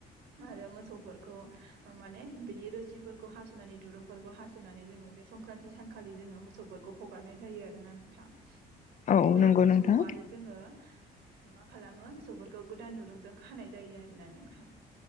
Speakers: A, on the right; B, on the left.
A: आरो मोसौफोरखौ माने बिनि रोसिफोरखौ हास'नानै दुरुंफोरखौ हास'नानै जोंङो बे संक्रान्ति सानखालि जोङो मोसौफोरखौ हगारनाय जायो आरो ना नोंथां।
B: औ
A: बेलासि
B: नंगौ नोंथां
A: समाव आरो जोङो मा खालामो मोसौफोरखौ गोदान दुरुंजों खानाय जायो आरोना नोंथां।